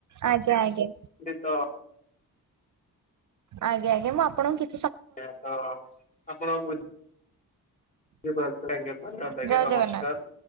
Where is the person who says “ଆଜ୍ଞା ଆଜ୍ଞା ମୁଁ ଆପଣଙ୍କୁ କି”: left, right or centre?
Right